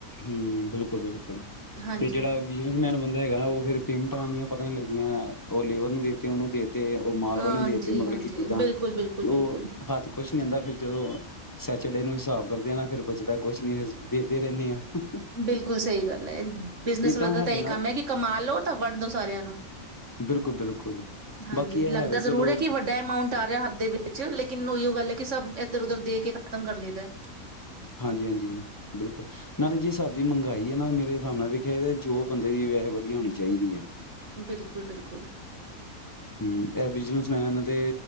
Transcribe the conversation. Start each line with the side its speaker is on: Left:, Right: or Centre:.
Left: ਹੂੰ ਬਿਲਕੁਲ ਬਿਲਕੁਲ
Right: ਹਾਂਜੀ
Left: ਤੇ ਜਿਹੜਾ ਬਿਜਨਸਮੈਨ ਬੰਦਾ ਹੈਗਾ ਉਹ ਫਿਰ ਪੇਮਟਾਂ ਦੀਆਂ ਪਤਾ ਹੀੀ ਲੱਗਦੀਆਂ ਉਹ ਲੇਵਰ ਨੂੰ ਦੇ ਦਿੱਤੀ ਉਹਨੂੰ ਦੇ ਤੇ ਉਹ ਮਾਲ
Right: ਹਾਂਜੀ
Left: ਵਾਲਿਆਂ ਦੇ ਤੇ ਮਤਲ
Right: ਹਾਂਜੀ
Left: ਕੀਤੀ ਤਾਂ
Right: ਬਿਲਕੁਲ ਬਿਲਕੁਲ
Left: ਤੇ
Right: ਬਿਲਕੁਲ
Left: ਉਹ ਹੱਥ ਕੁਛ ਨ ਜਾਂਦਾ ਫਿਰ ਜਦੋਂ ਸੈਚਡੇ ਨੂੰ ਵੀ ਹਿਸਾਬ ਕਰਦੇ ਆ ਨਾ ਫਿਰ ਬਚਦਾ ਕੁਛ ਨੀ ਫ ਵੇਚਦੇ ਰਹਿੰਦੇ ਹਾਂ
Right: ਬਿਲਕੁਲ ਸਹੀ ਗੱਲ ਹੈ ਬਿਜਨਸ
Left: ਏਦਾਂ
Right: ਵਾਲਾ
Left: ਸਾਡੇ
Right: ਤਾਂ ਇਹੀ
Left: ਨਾਲ
Right: ਕੰਮ ਹੈ ਕਿ ਕਮਾ ਲੋ ਤਾਂ ਵੰਡ ਦੋ ਸਾਰਿਆਂ ਨੂੰ
Left: ਬਿਲਕੁਲ ਬਿਲਕੁਲ
Right: ਹਾਂਜੀ
Left: ਬਾਕੀ ਇਹ
Right: ਲੱਗਦਾ
Left: ਹੈ ਵੀ ਚਲੋ
Right: ਜ਼ਰੂਰ ਹੈ ਕਿ ਵੱਡਾ ਅਮਾਉਂਟ ਆ ਰਿਹਾ ਹੱਥ ਦੇ ਵਿੱਚ ਲੇਕਿਨ ਉੋ ਗੱਲ ਹੈ ਕਿ ਸਭ ਇੱਧਰ ਉਧਰ ਦੇ ਕੇ ਖ਼ਤਮ ਕਰ ਲਈਦਾ
Left: ਹਾਂਜੀ ਹਾਂਜੀ ਬਿਲਕੁਲ ਨਾਲੇ ਜੀ ਸਾ ਦੀ ਮੰਹਗਾਈ ਹੈ ਨਾ ਮੇਰੇ ਹਿਸਾਬ ਨਾਲ ਵੇਖੇ ਜੋ ਬੰਦੇ ਦੀ ਵੈਸੇ ਵਧੀਆ ਹੋਣੀ ਚਾਹੀਦੀ ਹੈ
Right: ਬਿਲਕੁਲ ਬਿਲਕੁਲ
Left: ਹਮ ਇਹ ਬਿਜਨਸਮੈਨ ਤੇ